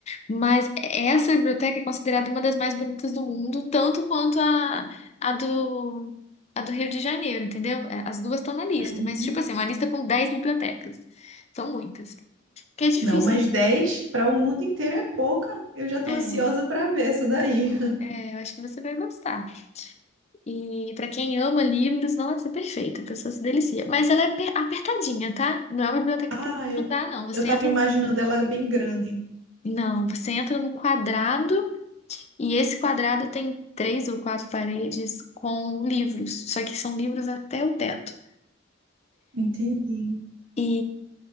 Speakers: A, on the left (about 35°); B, on the right (about 80°).
A: Mas essa biblioteca é considerada uma das mais bonitas do mundo, tanto quanto a, a do, a do Rio de Janeiro, entendeu? É, As duas estão na lista,
B: Uhum.
A: mas tipo assim, uma lista com 10 bibliotecas. São muitas. Que é difícil.
B: Não, mas 10 para o mundo inteiro é pouca. Eu já estou
A: É,
B: ansiosa para ver essa daí. <laughs>
A: é, eu acho que você vai gostar. E pra quem ama livros, nossa, é perfeito, a pessoa se delicia. Mas ela é pe- apertadinha, tá? Não é uma biblioteca
B: Ah,
A: que dá
B: eu,
A: pra andar, não. Você
B: eu tava
A: entra.
B: imaginando ela bem grande.
A: Não, você entra num quadrado. E esse quadrado tem três ou quatro paredes com livros, só que são livros até o teto.
B: Entendi.
A: E